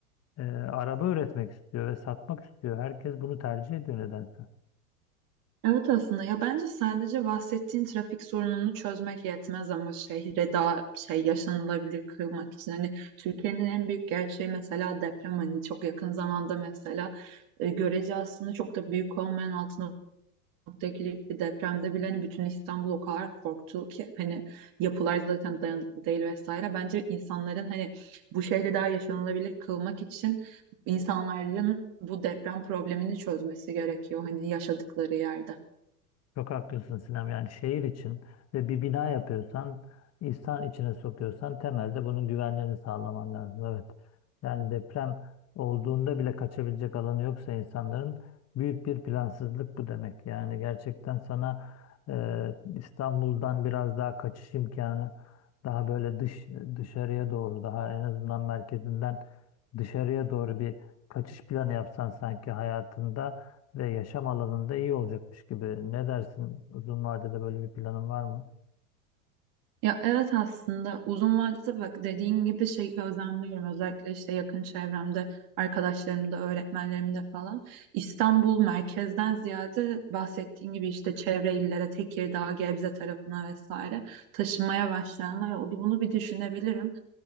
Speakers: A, on the left (about 35°); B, on the right (about 45°).
A: e, araba üretmek istiyor ve satmak istiyor. Herkes bunu tercih ediyor nedense.
B: Evet aslında ya bence sadece bahsettiğin trafik sorununu çözmek yetmez ama şehre daha şey yaşanılabilir kılmak için hani Türkiye'nin en büyük gerçeği mesela deprem hani çok yakın zamanda mesela e, görece aslında çok da büyük olmayan 6.2'lik bir depremde bile hani bütün İstanbul o kadar korktu ki hani yapılar zaten dayanıklı değil vesaire bence insanların hani bu şehri daha yaşanılabilir kılmak için insanların bu deprem problemini çözmesi gerekiyor hani yaşadıkları yerde.
A: Çok haklısın Sinem. Yani şehir için ve bir bina yapıyorsan, insan içine sokuyorsan temelde bunun güvenliğini sağlaman lazım. Evet. Yani deprem olduğunda bile kaçabilecek alanı yoksa insanların büyük bir plansızlık bu demek. Yani gerçekten sana e, İstanbul'dan biraz daha kaçış imkanı, daha böyle dış dışarıya doğru, daha en azından merkezinden dışarıya doğru bir kaçış planı yapsan sanki hayatında ve yaşam alanında iyi olacakmış gibi. Ne dersin? Uzun vadede böyle bir planın var mı?
B: Ya evet aslında uzun vadede bak dediğin gibi şeyi gözlemliyorum özellikle işte yakın çevremde arkadaşlarımda öğretmenlerimde falan İstanbul merkezden ziyade bahsettiğin gibi işte çevre illere Tekirdağ Gebze tarafına vesaire taşımaya başlayanlar oldu bunu bir düşünebilirim.